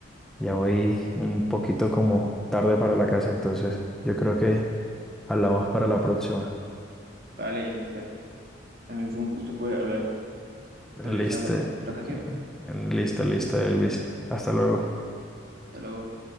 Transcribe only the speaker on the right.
Vale, Jonathan. También fue un gusto poder hablar.
Entonces hablamos
en otra ocasión.
Hasta luego.